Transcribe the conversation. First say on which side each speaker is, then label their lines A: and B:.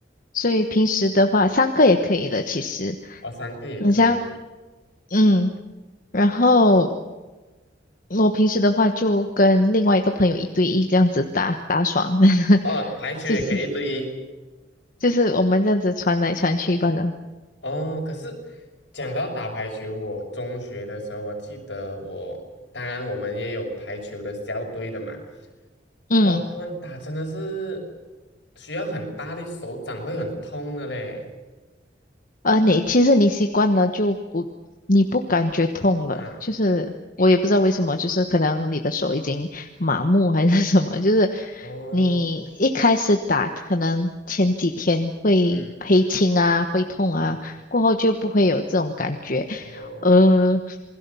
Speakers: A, on the left; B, on the left.
A: 所以平时的话三个也可以的，其实
B: 哦，三个也可以。
A: 你像，嗯，然后我平时的话就跟另外一个朋友一对一这样子打打爽，<laughs>
B: 哦，排球也可以一对一。
A: 就是就是我们这样子传来传去罢了，
B: 哦，可是讲到打排球，我中学的时候，我记得我，当然我们也有排球的校队的嘛。
A: 嗯。
B: 哇，他们打真的是需要很大力，手掌会很痛的嘞。
A: 呃，你其实你习惯了就不，你不感觉痛了，
B: 啊，
A: 就是我也不知道为什么，就是可能你的手已经麻木还是什么，就是
B: 哦，
A: 你一开始打，可能前几天会黑青啊，
B: 嗯，
A: 会痛啊，
B: 是，
A: 过后就不会有这种感觉。
B: 哦，
A: 呃，